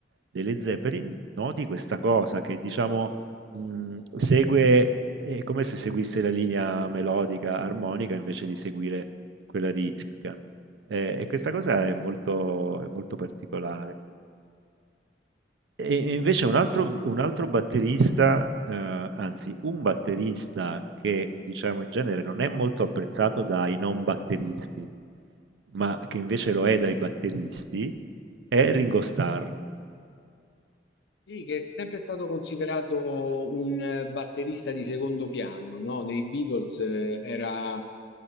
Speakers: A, on the right (about 80°); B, on the left (about 70°).
A: delle Zeppelin, noti questa cosa che diciamo mh, segue, è come se seguisse la linea melodica, armonica, invece di seguire quella ritmica. Eh, e questa cosa è molto, è molto particolare. E e invece un altro un altro batterista, ehm, anzi un batterista che diciamo in genere non è molto apprezzato dai non batteristi, ma che invece lo è dai batteristi, è Ringo Starr.
B: Sì, che è sempre stato considerato un eh, batterista di secondo piano, no? Nei Beatles eh, era...